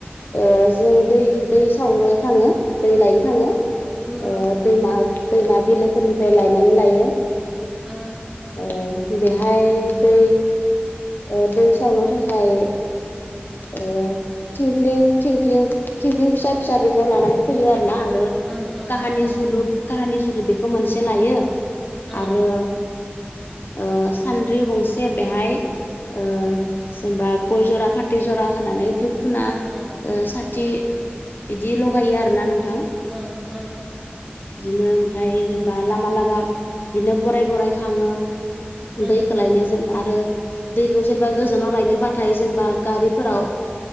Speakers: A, on the left (about 55°); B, in the centre.
A: ओ जों दै दै सावनो थाङो। दै लायनो थाङो
B: उम
A: ओ दैमा दैमा बिलोफोरनिफ्राय लायनानै लायो।
B: उ
A: उ बेहाय दै ओ दै सावनो थाखाय ओ थिंल्खिं थिंख्लिं फिसा फिसा बेखौ लानानै फैयो आरो ना आरो
B: उम
A: काहानि
B: उम
A: जुदु काहानि जुदु बेखौ मोनसे लायो
B: उम
A: आरो ओ सान्द्रि गंसे बेहाय ओ जेनेबा गय जरा फाथ थै जरा होनानै धुप फुना
B: उम
A: साथि बिदि लगायो आर ना नोंथां।
B: ओम ओम।
A: बिदिनो ओमफाय जेनेबा लामा लामा बिदिनो बराय बराय थाङो।
B: उम
A: दैखौ लायनो जेन आरो दैखौ जेनेबा गोजानाव लायनोबाथाय जेनबा गारिफोराव